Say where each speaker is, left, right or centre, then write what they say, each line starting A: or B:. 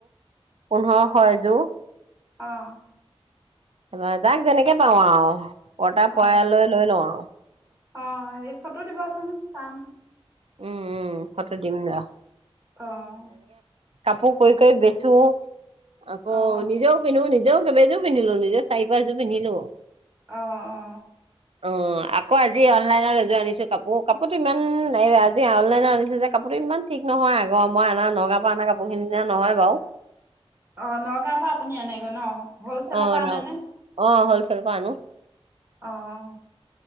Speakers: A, on the right (about 75°); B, on the right (about 25°).
A: পোন্ধৰশ এযোৰ।
B: অহঁ
A: ত তাক যেনেকে পাওঁ আও। পটা পোৱালৈ
B: অ'।
A: লৈ লওঁ আও।
B: অ', হেৰি ফটো দিবাচোন চাম।
A: উম উম ফটো দিম ৰ।
B: অহ
A: কাপো কই কই বেচো। আকৌ
B: অ'।
A: নিজেও পিন্ধো নিজে জেও কবােযোৰ পিন্ধিলো নিজে চাৰি পছযোৰ পিন্ধিলো।
B: অ অ
A: অ আকৌ আজি অনলাইনত এযোৰ আনিছো কাপোৰ কাপোৰতো ইমান নাই। আজ অনলাইনে আনিছো যে কাপোৰতো ইমান ঠিক নহয় আগৰ মই অনা নগাওঁ পৰা অনা কাপোৰখিনি না নহয় বাৰু।
B: অ নগাঁৱৰ পৰা আপুনি আনেগৈ ন হলচেলৰ
A: অ
B: পৰা
A: ন
B: আনেনে?
A: অ হলচেলৰ আনো
B: অহ